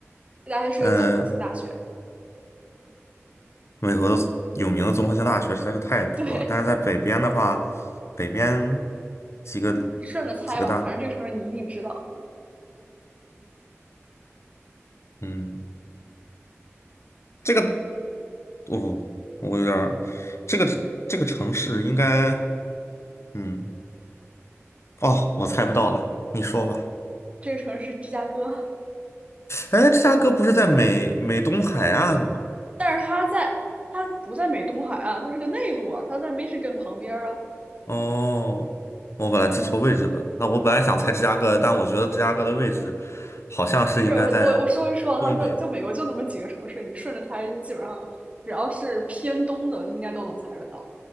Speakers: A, on the right (about 25°); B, on the left (about 65°).
A: 这大学是个综合性大学，
B: 呃，美国的有名的综合性大学实在是太多了，
A: <laughs> 对，
B: 但是在北边的话，北边几个
A: 你顺着猜吧，
B: 几个大，
A: 反正这个城市你一定知道，
B: 嗯。这个哦，我有点儿，这个这个城市应该，嗯，哦，我猜不到了，你说吧。
A: 这个城市是芝加哥，
B: 哎，芝加哥不是在美美东海岸吗？
A: 但是它在它不在美东海岸，它是个内陆啊，它在 Michigan 旁边儿啊，
B: 哦，我本来记错位置了。那我本来想猜芝加哥，
A: 啊，
B: 但我觉得芝加哥的位置好像是应该在
A: 没事，我我我说一说了他说就美国就那么几个城市，
B: 东边。
A: 你顺着猜，就基本上只要是偏东的，应该都能猜得到。